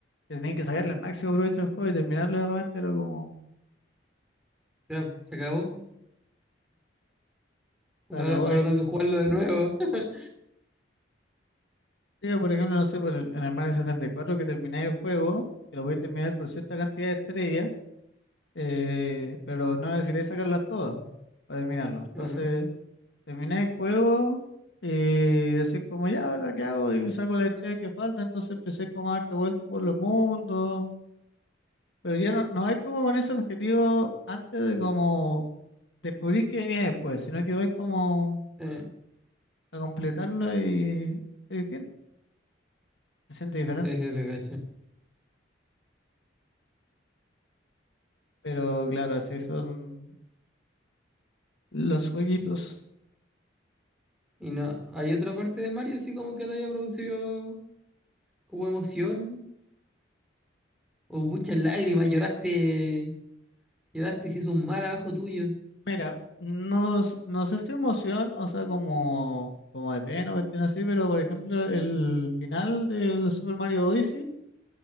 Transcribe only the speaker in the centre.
Ya, se acabó. Bueno,
Ahora, ahora
tengo que jugarlo de nuevo. <laughs>
Claro.
Eh,
sí, sí, sí, te cacho.
Y, y no, ¿hay otra parte de Mario así como que te haya producido como emoción? O muchas lágrimas, lloraste, lloraste y se hizo un mar abajo tuyo.